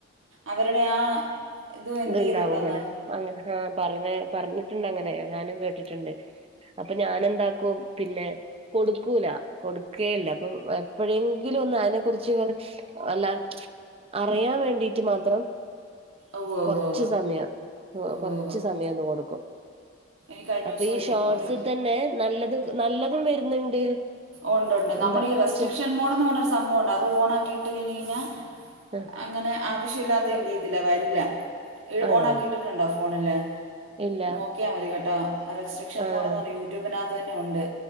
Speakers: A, on the right (about 85°); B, on the right (about 30°).
A: അവരുടെ ആ എന്ത്
B: ഇത്
A: ചെയ്യുന്നുണ്ടെന്ന്
B: ഇണ്ടാവും അങ്ങനെ അങ്ങനെ ആ പറഞ്ഞ പറഞ്ഞ ണ്ടങ്ങനെ ഞാനും കേട്ടിട്ടുണ്ട് അപ്പൊ ഞാനെന്താക്കും പിന്നെ കൊടുക്കൂല കൊടുക്കുകേല്ല അപ്പം അ എപ്പഴെങ്കിലും ഒന്ന് അതിനെ കുറിച്ചിങ്ങനെ അല്ല അറിയാൻ വേണ്ടിട്ട് മാത്രം
A: ഉവ്വ് ഉവ്വ്
B: കൊറച്ച്
A: ഉവ്വ്
B: സമയം അ
A: ഉവ്വ്
B: കൊറച്ച്
A: ഉവ്വ്
B: സമയം ഒന്ന് കൊടുക്കും
A: എനിക്ക് കഴിഞ്ഞ
B: അപ്പൊ
A: ദിവസം
B: ഈ
A: ഒരു
B: ഷോർട്സി
A: ഒരു
B: തന്നെ നല്ലത് നല്ലതും വരുന്നുണ്ട്.
A: ഉണ്ട് ഉണ്ട് നമ്മുടെ
B: എന്താ
A: ഈ റെസ്ട്രിക്ഷൻ
B: ചെറി
A: മോഡ്ന്ന് പറഞ്ഞൊരു സംഭവം ഉണ്ട് അത് ഓൺ ആക്കിട്ട് കഴിഞ് കഴിഞ്ഞാൽ
B: ആഹ
A: അങ്ങനെ ആവശ്യമില്ലാത്ത എന്ത് ചെയ്ത്തില്ല വരില്ല
B: ആണോ
A: ഓൺ ആക്കിയിട്ടിട്ടുണ്ടോ ഫോണില്
B: ഇല്ല
A: നോക്കിയാൽ മതി കേട്ടോ. റെസ്ട്രിക്ഷൻ
B: ആഹ്
A: മോഡ്ന്ന് പറഞ്ഞാൽ യൂട്യൂബിനകത്ത് തന്നെ ഉണ്ട്